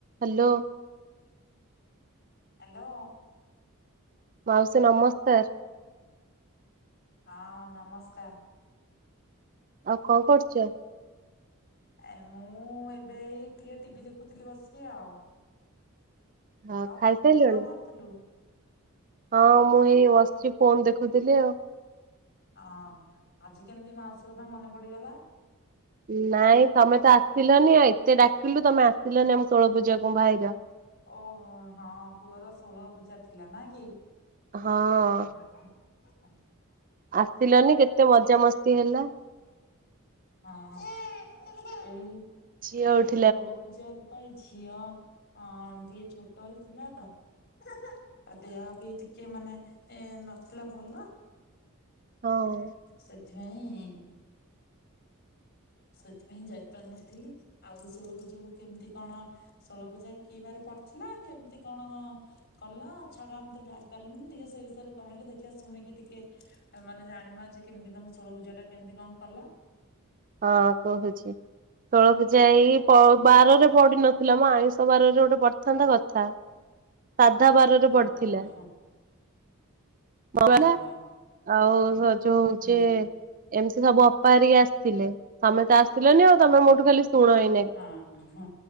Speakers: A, on the right; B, on the left.
A: Hello.
B: Hello.
A: ମାଉସୀ ନମସ୍କାର୍।
B: ହଁ ନମସ୍କାର୍।
A: ଆଉ କଣ୍ କରୁଚ?
B: ଏ ମୁଁ ଏବେ ଏଇ ଟିକେ ଟିଭି ଦେଖୁଥିଲି ବସିକି ଆଉ।
A: ହଁ,
B: ଆଉ
A: ଖାଇସାରିଲଣି?
B: ତୁ କଣ କରୁଥୁଲୁ?
A: ହଁ ମୁଁ ଏଇ ବସିଚି ଫୋନ୍ ଦେଖୁଥିଲି ଆଉ।
B: ହଁ ଆଜି କେମିତି ମାଉସୀ କଥା ମନେ ପଡିଗଲା।
A: ନାଇଁ ତମେ ତ ଆସିଲନି ଆଉ ଏତେ ଡାକିଲୁ ତମେ ଆସିଲନି ଆମ ଷୋଳପୂଜା କୁ ଭାଇର।
B: ଓହୋ ହଁ ପୁଅର ଷୋଳ ପୂଜା ଥିଲା ନା କି?
A: ହଁ।
B: <inaudible>
A: ଆସିଲନି କେତେ ମଜାମସ୍ତି ହେଲା।
B: ହଁ-ଏଇ
A: ଝିଠ
B: ଷୋଳ ପୂଜାକୁ ପାଇଁ ଝିଅ ଅ ଟିକେ ଛୋଟ ହେଇଥିଲା ତ ତା ଦେହ ବି ଟିକେ ମାନେ ଏ ନଥିଲା ଭଲ
A: ହଉ
B: ସେଥିପାଇଁ ସେଥିପାଇଁ ଯାଇପାରନଥିଲି ଆଉ ଷୋଳପୂଜା କ କେମିତି କଣ ଷୋଳ ପୂଜା କିିବାରେ ପଡିଥିଲା କେମିତି କଣ କଲ ଛାଡ ଆମେ ତ ଯାଇପାରିଲୁନି ଟିକେ ସେ ବିଷୟରେ କହିଲୁ ଦେଖିବା ଶୁଣିକି ଟିକେ ଆଉ ମାନେ ଜାଣିମାଆଜି କେମିତି ତମ ଷୋଳପୂଜା ଟା କେମିତି କଣ କଲ।
A: ହଁ କହୁଛି ତୋଳ ପୂଜା ଏଇ ପ ବାରରେ ପଡିିନଥିଲା ମୋ ଆଇଁଷ ବାରରେ ଗୋଟେ ପଡିିଥାନ୍ତା କଥା ସାଧା ବାରରେ
B: ଅହୋ
A: ପଡିଥିଲା
B: ହଁ
A: ମ ଆଉ
B: ଓହୋ
A: ଯୋଉ ହଉଛି
B: ହୁଁ
A: ଏମିତି ସବୁ ଅପାହାରିକି ଆସିଥିଲେ ତମେ ତ ଆସିଲନି ଆଉ ତମେ ମୋଠୁ ଖାଲି ଶୁଣଇନି
B: ହଁ ହଁ